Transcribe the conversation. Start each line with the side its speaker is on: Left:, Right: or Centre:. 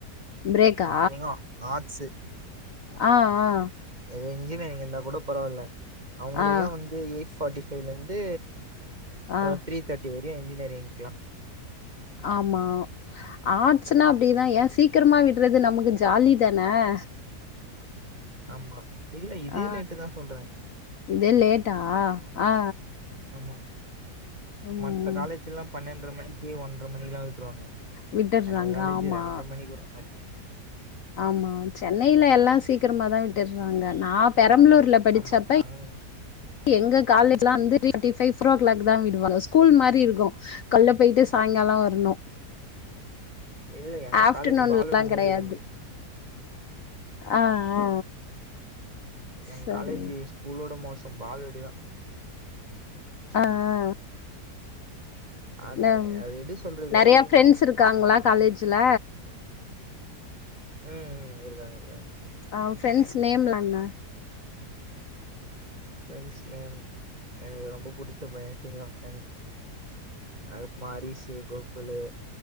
Left: பிரேக்கா
Right: இத்தினைக்கு ஆட்ஸ்
Left: ஆ ஆ
Right: ஏதோ இன்ஜினியரிங் இருந்தா கூட பரவால்ல அவுங்களுக்குல்லா
Left: ஆ
Right: வந்து எயிட் ஃபார்ட்டி ஃபைவ்லருந்து
Left: ஆ
Right: அ த்ரீ தேர்ட்டி வரையு இன்ஜினியரிங்லா
Left: ஆமா ஆட்ஸ்னா அப்டிதா ஏயா சீக்கிரமா விட்றது நமக்கு ஜாலி தானே ஆ
Right: ஆமா இல்ல இதே
Left: ஆ
Right: லேட்டு தா சொல்றே
Left: இதே லேட்டா ஆ ஆ
Right: ஆமா
Left: ம்
Right: மத்த காலேஜ் எல்லா பன்னெண்டரை மணிக்கு ஒன்ரை மணிக்கெல்லா விட்டுருவாங்க
Left: விட்டுறாங்க
Right: எங்க காலேஜி
Left: ஆமா
Right: ரெண்டர மணிக்கு அ
Left: ஆமா சென்னையில எல்லா சீக்கிரமாதா விட்டுறாங்க நா பெரம்பலூர்ல படிச்சப்ப
Right: ஆமா அங்
Left: எங்க காலேஜ்ல வந்து திரிப்பீப்டி ஃவை போரோ கிளாக் தா விடுவாங்க ஸ்கூல் மாரி இருக்கு கால்ல போயிட்டு சாய் காலோ வரணு
Right: இதுல எங்க
Left: ஆஃப்டர்நூன்லா
Right: காலேஜ் பால்வாடி மாரி
Left: கெடையாது
Right: இருக்குது
Left: ஆ ஆ
Right: எ
Left: சரி
Right: காலேஜி ஸ்கூலோட மோசோ பால்வாடிதா
Left: ஆ ஆ
Right: அது
Left: நம்
Right: அது எப்டி சொல்றது
Left: நெறையா
Right: அவங்க
Left: பிரெண்ட்ஸ் இருக்காங்களா காலேஜ்ஜுல
Right: இது ம் ம் இருக்காங்க இருக்கா
Left: ஆ ஃரெண்ட்ஸ் நேம்லா என்ன
Right: ஃபிரண்ட்ஸ் நேம் எனக்கு ரொம்ப புடிச்ச பைய சீனிவாசன் அது கப்பமா அரிஸ்சு கோக்குலு